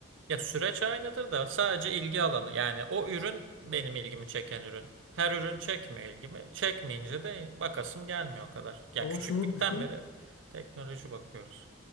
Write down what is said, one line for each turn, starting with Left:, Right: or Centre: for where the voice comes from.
Right: ya süreç aynıdır da sadece ilgi alanı yani o ürün benim ilgimi çeken ürün. Her ürün çekmiyor ilgimi. Çekmeyince de bakasım gelmiyor o kadar. Ya
Left: Ama
Right: küçüklükten
Left: şunu düşün.
Right: beri hep teknoloji bakıyoruz